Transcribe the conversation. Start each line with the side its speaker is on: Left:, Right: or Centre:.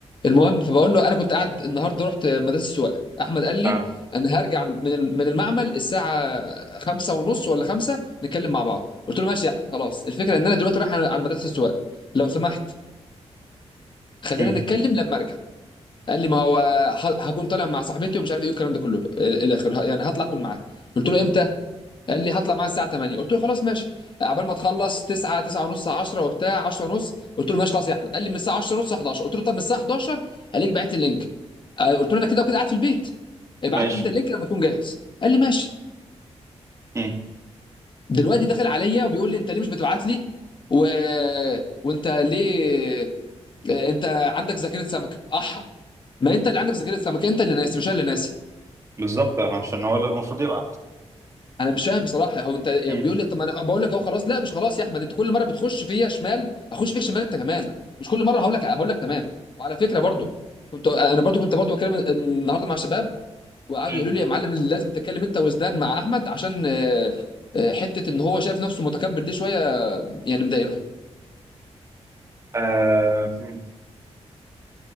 Left: المهم فبقول له انا كنت قاعد النهارده رحت مدرسه السواقه احمد قال لي
Right: اه
Left: انا هرجع من من المعمل الساعه خمسة ونص ولا خمسة نتكلم مع بعض قلت له ماشي يا احمد خلاص الفكره ان انا دلوقتي رايح على على مدرسه السواقه لو سمحت خلينا
Right: مم.
Left: نتكلم لما ارجع قال لي ما هو ه- هكون طالع مع صاحبتي ومش عارف ايه والكلام ده كله الى اخره يعني هطلع اكل معاها قلت له امتى قال لي هطلع معاه الساعه 8 قلت له خلاص ماشي عبال ما تخلص 9 9 ونص 10 وبتاع 10 ونص قلت له ماشي خلاص يا احمد قال لي من الساعه 10 ونص 11 قلت له طب من الساعه 11 هلاقيك بعت لي اللينك آه، قلت له انا كده وكده قاعد في البيت ابعت
Right: ماشي
Left: لي انت اللينك لما تكون جاهز قال لي ماشي
Right: مم.
Left: دلوقتي داخل عليا وبيقول لي انت ليه مش بتبعت لي و... وانت ليه آه، انت عندك ذاكره سمكه احا ما انت اللي عندك ذاكره سمكه انت اللي ناسي مش انا اللي ناسي
Right: بالظبط عشان هو اللي المفروض يبعت
Left: انا مش فاهم بصراحه هو انت
Right: مم.
Left: بيقول لي طب ما انا بقول لك اهو خلاص لا مش خلاص يا احمد انت كل مره بتخش فيا شمال هخش فيك شمال انت كمان مش كل مره هقول لك هقول لك تمام وعلى فكره برضو كنت انا برضو كنت برضو بتكلم النهارده مع شباب وقعدوا
Right: مم.
Left: يقولوا لي يا معلم لازم تتكلم انت وزدان مع احمد عشان آه، آه، حته ان هو شايف نفسه متكبر دي شويه يعني مضايقني
Right: آه مم.